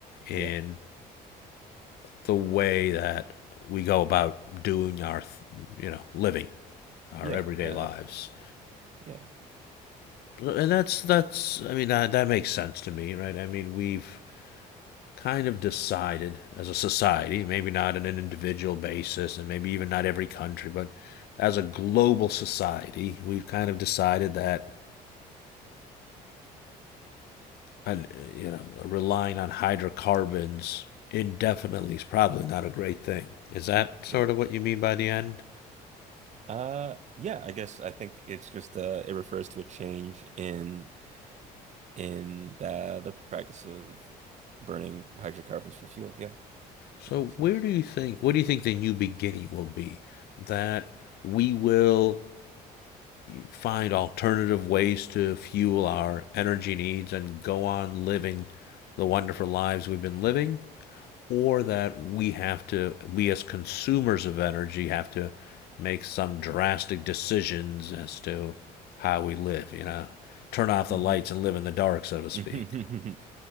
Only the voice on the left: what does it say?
in
the way that we go about doing our th- you know living our
everyday
lives.
And that's that's I mean that that makes sense to me, right? I mean we've kind of decided as a society, maybe not on an individual basis and maybe even not every country, but as a global society, we've kind of decided that and uh, you know relying on hydrocarbons indefinitely is probably not a great thing. Is that sort
of what you mean by the end?
So
where do you think what do you think the new beginning will be? That we will find alternative ways to fuel our energy needs and go on living the wonderful lives we've been living or that we have to we as consumers of energy have to make some drastic decisions as to how we live you know turn off the
lights and live in the dark so to speak